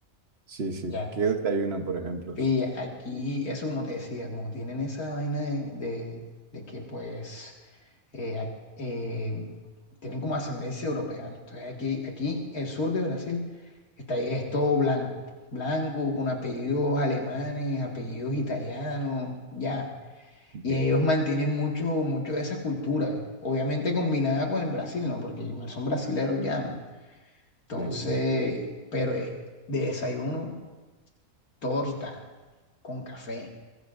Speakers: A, on the right; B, on the left.
A: Sí, sí.
B: Ya.
A: ¿Qué desayuno, por ejemplo?
B: Y aquí, eso como te decía, como tienen esa vaina de, de- de que pues eh, a- eh, tienen como ascendencia europea, ¿no? Entonces aquí, aquí el sur de Brasil está, es todo blanco, blanco con apellidos alemanes, apellidos italianos, ya.
A: Ok,
B: Y ellos mantienen mucho, mucho de esa cultura, obviamente combinada con el Brasil, ¿no? Porque igual son brasileros ya, ¿no? Entonces,
A: ok.
B: pero eh, de desayuno, torta con café.